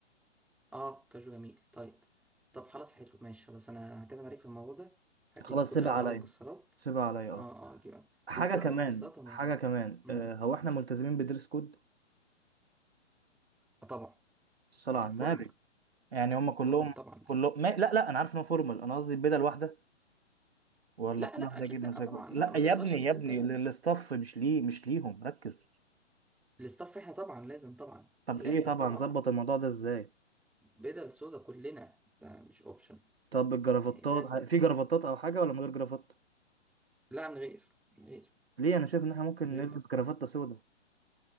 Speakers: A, in the centre; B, on the right.
A: اه كاجو جميل طيب طب خلاص حلو ماشي خلاص انا هعتمد عليك في الموضوع ده هتجيب
B: خلاص
A: كل
B: سيبها
A: انواع
B: عليا
A: المكسرات
B: سيبها عليا اه
A: اه اه هتجيب
B: حاجة
A: هتجيب كل انواع
B: كمان
A: المكسرات ونوزعها
B: حاجة كمان
A: امم
B: آه، هو احنا ملتزمين بدرس كود
A: آه طبعا
B: الصلاة
A: آه،
B: على
A: فورمال
B: النبي يعني هم كلهم
A: فورمال طبعا
B: كلهم ما... لا لا انا عارف ان هو فورمال انا قصدي البدل واحدة ولا
A: لا
B: كل
A: لا
B: واحد
A: اكيد
B: يجيب مزاجه
A: لا طبعا
B: لا
A: لا ما
B: يا
A: تقدرش
B: ابني
A: ان
B: يا ابني
A: انت لا
B: للاستاف مش ليه مش ليهم ركز
A: الاستاف احنا طبعا لازم طبعا
B: طب
A: لازم
B: ايه طبعا
A: طبعا
B: ظبط الموضوع ده ازاي
A: بدل سودا كلنا ده مش اوبشن
B: طب الجرافطات
A: يعني لازم
B: ه- في جرافطات او حاجة ولا من غير جرافطة
A: لا من غير من غير
B: ليه انا شايف ان احنا ممكن
A: من غيرها
B: نلبس جرافطة سودا